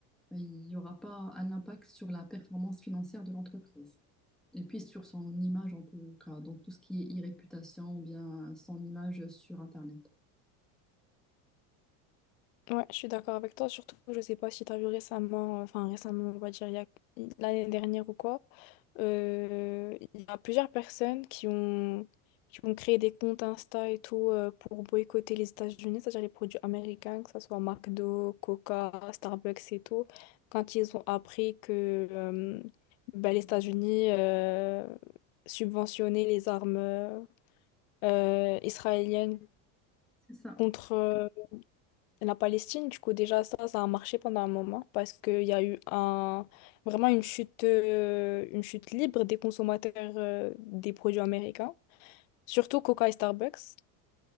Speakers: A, in the centre; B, on the left.
A: euh, il n'y aura pas un impact sur la performance financière de l'entreprise. Et puis sur son image en tout cas, donc tout ce qui est e-réputation ou bien son image sur Internet.
B: Ouais, je suis d'accord avec toi. Surtout, je sais pas si tu as vu récemment, euh, enfin récemment, on va dire il y a- l'année dernière ou quoi, euh, il y a plusieurs personnes qui ont, qui ont créé des comptes Insta et tout euh, pour boycotter les États-Unis, c'est-à-dire les produits américains, que ce soit McDo, Coca, Starbucks et tout, quand ils ont appris que euh, bah, les États-Unis euh, subventionnaient les armes euh, israéliennes
A: C'est ça.
B: contre. euh, la Palestine, du coup, déjà, ça, ça a marché pendant un moment parce qu'il y a eu un, vraiment une chute, euh, une chute libre des consommateurs euh, des produits américains, surtout Coca et Starbucks.